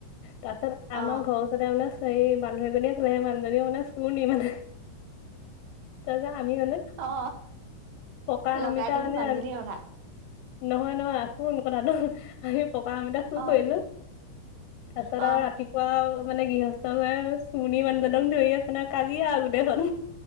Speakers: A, on the left; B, on the right.
A: তাৰপছত আমাৰ
B: অ
A: ঘৰ ওচতে মানে মানুহ এজনীয়ে চলে মানুহজনীয়ে মানে চুৰনি মানে তাৰপিছত আমি মানে
B: অ
A: পকা
B: লগাই
A: অমিতা
B: দিলি
A: মানে
B: মানুহজনী
A: আৰু
B: কথা
A: নহয় নহয় শুন কথা টো। আমি পকা আমিতা চুৰ
B: অ
A: কৰিলো তাৰপিছত
B: অ
A: আৰু ৰাতিপুৱা আও মানে গৃহস্থ হয় চুণনি মানুহজনক ধৰি আছে নহয় কাজিয়া আৰু গোটেইখন।